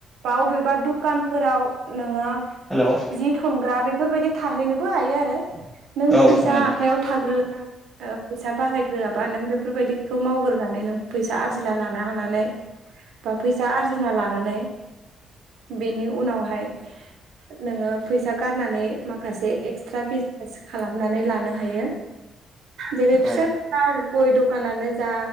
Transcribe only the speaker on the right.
बा अबेबा दुखानफोराव नोङो
जि थनग्रा बेफोरबायदि थाहैनोबो हायो आरो नों
फैसा
आखायाव थाग्रो फैसा बाहायग्रोआबा नों बेफोरबायदिखौ मावग्रोनानै नों फैसा आरजिना लानो हानानै बा फैसा आरजिना लानानै बेनि उनावहाय नोङो फैसा गारनानै माखासे एक्सट्रा बिजनेस खालामनानै लानो हायो जेरै फिसा
बा गय दखानानो जा